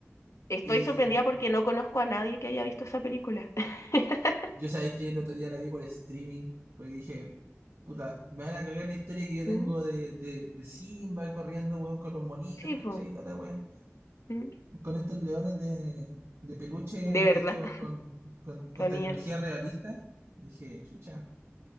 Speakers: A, on the left; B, on the right.
A: Estoy
B: eh,
A: sorprendida porque no conozco a nadie que haya visto esa película. <laughs>
B: yo sabes que el otro día la vi por streaming, porque dije, puta, me van a cagar la historia que yo tengo
A: Mm,
B: de, de, de Simba corriendo, weón, con los monitos,
A: Sí,
B: ¿cachai?
A: po.
B: Y toda la weá.
A: Mm,
B: Con estos leones de, de peluche
A: De verdad,
B: hechos
A: <laughs>
B: con, con,
A: qué
B: con
A: bonita.
B: tecnología realista. Dije, chucha,